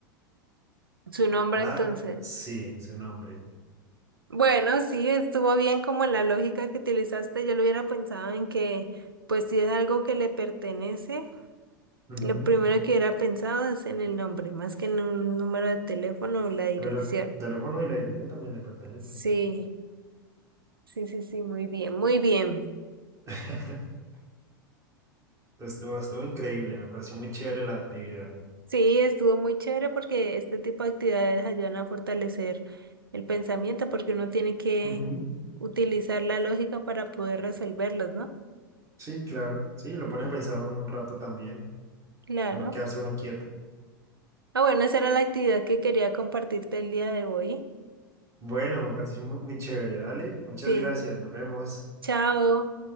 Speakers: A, on the right (about 85°); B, on the right (about 25°).
A: Su nombre
B: La
A: entonces.
B: sí, su nombre.
A: Bueno, sí, estuvo bien como la lógica que utilizaste. Yo lo hubiera pensado en que, pues si es algo que le pertenece,
B: Ujú.
A: lo primero que hubiera pensado es en el nombre, más que en un número de teléfono o la dirección.
B: Pero el teléfono y la dirección también le pertenecen.
A: Sí, sí, sí, sí, muy bien, muy bien.
B: <laughs> Estuvo, estuvo increíble, me pareció muy chévere la actividad.
A: Sí, estuvo muy chévere porque este tipo de actividades ayudan a fortalecer el pensamiento porque uno tiene que
B: Ujú.
A: utilizar la lógica para poder resolverlos, ¿no?
B: Sí, claro. Sí, lo pone a pensar a uno un rato también,
A: Claro.
B: a no quedarse uno quieto.
A: Ah, bueno, esa era la actividad que quería compartirte el día de hoy.
B: Bueno, me pareció muy, muy chévere, dale. Muchas
A: Sí,
B: gracias, nos vemos.
A: chao.